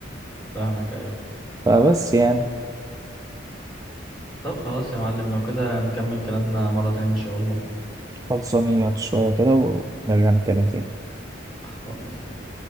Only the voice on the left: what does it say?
فاهمك ايوه
طب خلاص يا معلم لو كده هنكمل كلامنا مره تانية ان شاء الله
خلاص تمام